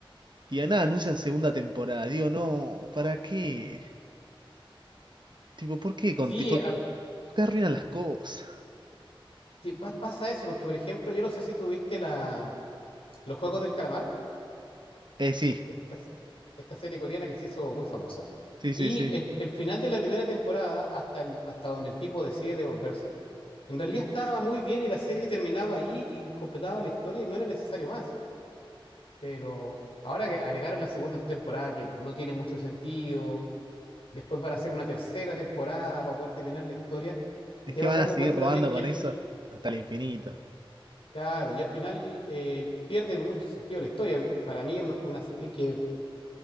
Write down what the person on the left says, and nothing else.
Sí,
a-
te- pa- pasa eso porque, por ejemplo, yo no sé si tuviste la, los Juegos del Calamar.
esta, se- esta serie coreana que se hizo muy famosa.
Y
el, el final de la primera temporada, hasta, el- hasta donde el tipo decide devolverse, en realidad estaba muy bien y la serie terminaba ahí y completaba la historia y no era necesario más. Pero ahora que agregaron la segunda temporada, que no tiene mucho sentido, después para hacer una tercera temporada, para poder terminar la historia, y
te
vas
dando
cuenta
también que
el...
Claro, y al final eh, pierde mucho sentido la historia. Para mí, una, una serie que